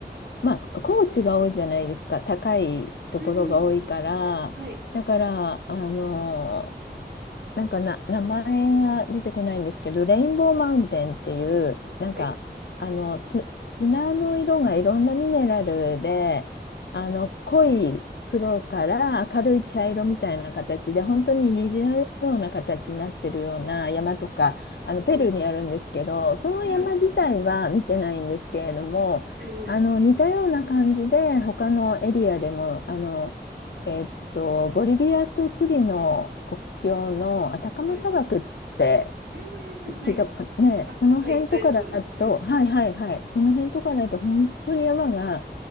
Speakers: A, on the left (about 75°); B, on the right (about 75°).
A: まあ、高地が多いじゃないですか、高いところが多いから。
B: うんはい、
A: だから、あの、なんかな、名前が出てこないんですけど、レインボーマウンテンっていう、なんか、
B: はい、
A: あの、す、砂の色がいろんなミネラルで、あの、濃い黒から明るい茶色みたいな形で、本当に虹のような形になってるような山とか、あの、ペルーにあるんですけど、
B: はい、
A: その山自体は見てないんですけれども、
B: はい、ええ
A: あの、似たような感じで、他のエリアでも、あの、えっと、ボリビアとチリの国境のアタカマ砂漠って
B: はい。うんんはい。
A: 聞いた、ね、
B: あ、
A: その辺とかだと、
B: はい、行きたいとこです。うんう
A: はいはいはい、その辺とかだと本当に山が